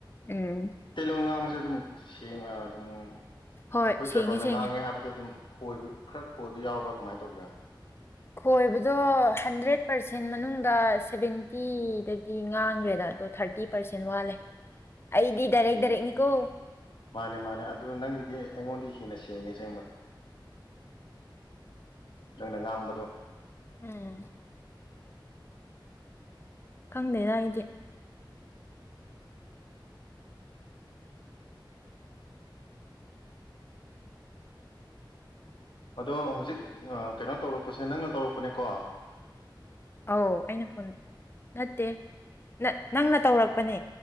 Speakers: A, on the left; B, on the left.
A: ꯎꯝ
B: ꯂꯣꯟ ꯉꯥꯡꯕꯁꯦ ꯑꯗꯨꯝ ꯁꯦꯡꯉ ꯑꯗꯨꯝ ꯑꯩꯈꯣꯏ
A: ꯍꯣꯏ
B: ꯇ꯭ꯔꯥꯏꯕꯦꯜꯅ
A: ꯁꯦꯡꯉꯦ ꯁꯦꯡꯉꯦ
B: ꯉꯥꯡꯉꯦ ꯍꯥꯏꯕꯗꯣ ꯑꯗꯨꯝ ꯈꯣꯏꯕ ꯈꯔ ꯈꯣꯏꯕ ꯌꯥꯎꯕ꯭ꯔꯥ ꯀꯃꯥꯏꯅ ꯇꯧꯒꯦ
A: ꯈꯣꯏꯕꯗꯣ ꯍꯟꯗ꯭ꯔꯦꯠ ꯄꯔꯁꯦꯟ ꯄꯥꯔꯁꯦꯟ ꯃꯅꯨꯡꯗ ꯁꯚꯦꯟꯇꯤꯗꯗꯤ ꯉꯥꯡꯈ꯭ꯔꯦꯗ ꯑꯗꯣ ꯊꯥꯔꯇꯤ ꯄꯥꯔꯁꯦꯟ ꯋꯥꯠꯂꯦ ꯑꯩꯗꯤ ꯗꯥꯏꯔꯦꯛ
B: ꯎꯝ
A: ꯗꯥꯏꯔꯦꯛꯅꯤꯀꯣ
B: ꯃꯥꯅꯦ ꯃꯥꯅꯦ ꯑꯗꯨ ꯅꯪꯒꯤꯗꯤ ꯑꯩꯉꯣꯟꯗꯤ ꯍꯦꯟꯅ ꯁꯦꯡꯉꯦ ꯁꯦꯡꯕ ꯅꯪꯅ ꯉꯥꯡꯕꯗꯣ
A: ꯎꯝ ꯈꯪꯗꯦꯗ ꯑꯩꯗꯤ
B: ꯑꯗꯣ ꯍꯧꯖꯤꯛ ꯀꯩꯅꯣ ꯇꯧꯔꯛꯄꯁꯦ ꯅꯪꯅ ꯇꯧꯔꯛꯄꯅꯦꯀꯣ
A: ꯑꯧ ꯑꯩꯅ ꯐꯣꯟ ꯅꯠꯇꯦ ꯅꯪꯅ ꯇꯧꯔꯛ ꯑ